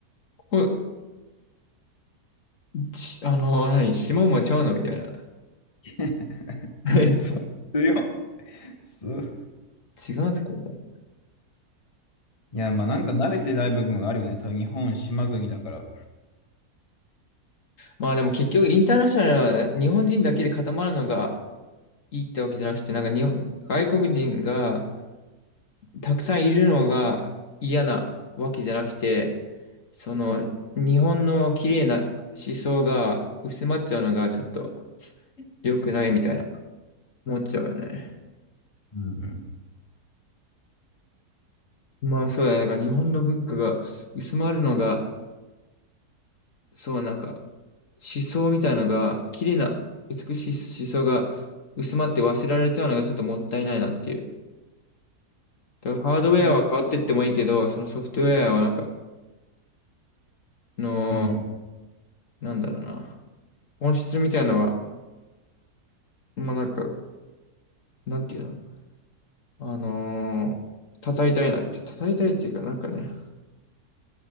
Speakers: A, on the left; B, on the left.
A: ここ、しあの、何、下馬ちゃうのみたいな。<laughs>
B: <laughs>
A: あれ
B: <laughs> そう、強い。そう。
A: 違うんすかみたいな。
B: いや、まあなんか慣れてない部分があるよね。多分日本、島国だから。
A: まあでも結局、インターナショナルは日本人だけで固まるのがいいってわけじゃなくて、なんか日本、外国人が、たくさんいるのが嫌なわけじゃなくて、その日本の綺麗な思想が薄まっちゃうのがちょっと良くないみたいな思っちゃうよね。
B: うん、うん。
A: まあそうだね。だから日本の文化が薄まるのが、そうなんか思想みたいなのが、綺麗な美しい思想が薄まって忘れられちゃうのがちょっともったいないなっていう。だからハードウェアは変わってってもいいけど、
B: まあ、
A: そのソフトウェアはなんか、の、
B: うん、
A: なんだろうな。本質みたいなのは、まあなんか、なんていうのあのー叩いたいなっていう、叩いたいっていうか、なんかね、